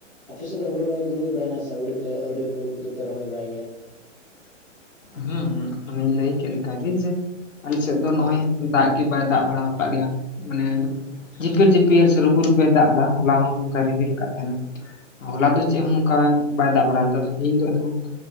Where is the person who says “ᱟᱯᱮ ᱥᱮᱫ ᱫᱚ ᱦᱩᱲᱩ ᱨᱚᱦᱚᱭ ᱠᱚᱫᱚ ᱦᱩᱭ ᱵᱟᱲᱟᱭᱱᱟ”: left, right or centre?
Centre